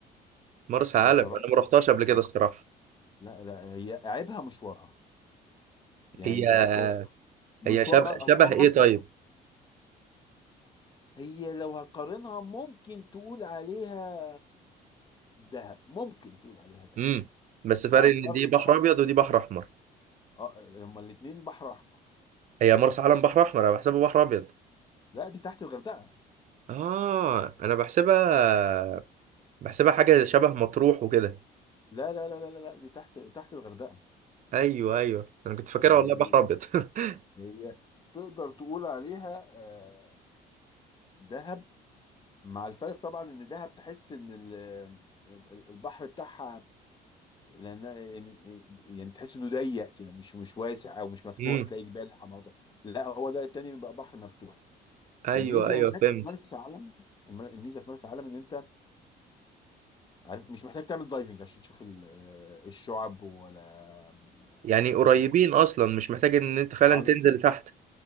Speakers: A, on the right (about 50°); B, on the left (about 25°).
A: مرسى علم
B: بصراحة
A: انا ما رحتهاش قبل كده
B: اه
A: الصراحه
B: لا لا هي عيبها مشوارها يعني
A: هي
B: انت عارف هو مشوار
A: هي شبه
B: أ-
A: شبه
B: اسوان
A: ايه
B: اطول
A: طيب
B: هي لو هتقارنها ممكن تقول عليها دهب ممكن تقول عليها دهب
A: امم بس فرق
B: مع الفرق
A: ان دي
B: طبعا
A: بحر ابيض ودي بحر احمر
B: اه لما الاتنين بحر احمر
A: هي مرسى علم بحر احمر انا بحسبها بحر ابيض
B: لا دي تحت الغردقة
A: اه انا بحسبها بحسبها حاجة شبه مطروح وكده
B: لا لا لا لا لا لا، دي تحت تحت الغردقة
A: ايوه ايوه انا كنت فاكرها
B: اه
A: والله
B: يعني
A: بحر ابيض <laughs>
B: هي تقدر تقول عليها آه، دهب مع الفرق طبعا ان دهب تحس ان ال- ال- ال- البحر بتاعها لان يعني يعني تحس انه ضيق كده مش مش واسع او مش مفتوح
A: امم
B: تلاقي جبال حمامات لا هو ده التاني بيبقى بحر مفتوح
A: ايوه
B: الميزه
A: ايوه
B: هناك
A: فهمت
B: في مرسى علم الم- الميزه في مرسى علم ان انت عارف مش محتاج تعمل دايفنج عشان تشوف ال- آه، الشعب ولا آه،
A: يعني قريبين
B: و-
A: اصلا مش محتاج ان انت فعلا
B: على
A: تنزل
B: طول
A: تحت